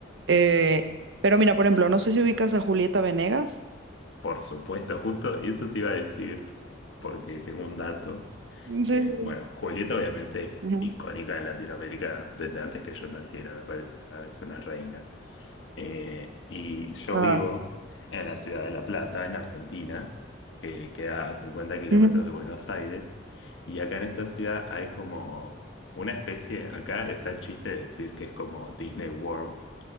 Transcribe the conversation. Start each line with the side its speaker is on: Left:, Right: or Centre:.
Right: Eh, pero mira, por ejemplo, no sé si ubicas a Julieta Venegas.
Left: Por supuesto, justo eso te iba a decir, porque tengo un dato
Right: Sí.
Left: que, bueno, Julieta obviamente
Right: Ujú.
Left: es icónica en Latinoamérica desde antes que yo naciera, me parece, o sea, es una reina. Eh, y yo
Right: Ajá.
Left: vivo en la ciudad de La Plata, en Argentina, que queda a 50 kilómetros
Right: Ujú.
Left: de Buenos Aires, y acá en esta ciudad hay como una especie, acá está el chiste de decir que es como Disney World,